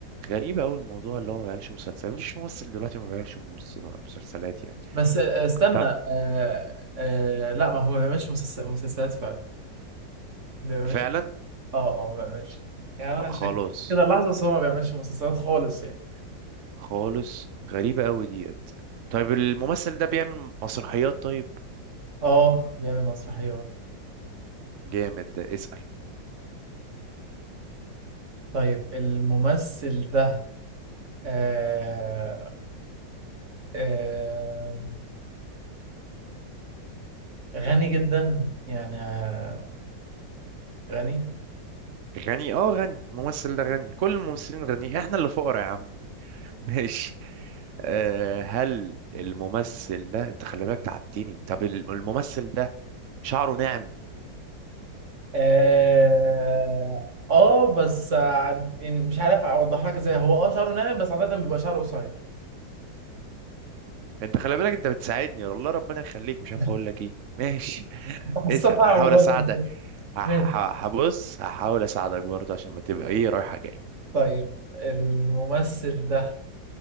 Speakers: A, on the right; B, on the right.
A: غريبة أوي الموضوع اللي هو ما بيعملش مسلسلات مفيش ممثل دلوقتي ما بيعملش مس- مسلسلات يعني
B: بس آه، استنى
A: طب
B: آه آه لا ما هو ما بيعملش مسلس- مسلسلات فعلا ما بيعملش
A: فعلا
B: اه اه ما بيعملش يعني انا عشان
A: خلاص
B: كده اللحظة بس هو ما بيعملش مسلسلات خالص يعني
A: خالص غريبة قوي ديت طيب الممثل ده بيعمل مسرحيات طيب
B: اه بيعمل مسرحيات
A: جامد ده اسأل
B: طيب الممثل ده آه آه غني جدا يعني آه، غني
A: غني اه غني الممثل ده غني كل الممثلين غني احنا اللي فقراء يا عم <laughs> ماشي أه هل الممثل ده انت خلي بالك تعبتني طب الم- الممثل ده شعره ناعم
B: اه آه، بس عاد- يعني مش عارف اوضح لك ازاي هو اه شعره ناعم بس عادة بيبقى شعره قصير
A: انت خلي بالك انت بتساعدني والله ربنا يخليك مش عارف
B: <laughs>
A: اقول لك ايه ماشي <laughs>
B: حسيتها
A: اسأل
B: صعبة
A: هحاول
B: برضه
A: اساعدك هح-
B: ماشي
A: هح- هبص هحاول اساعدك برضه عشان ما تبقى ايه رايحة جاي
B: طيب الممثل ده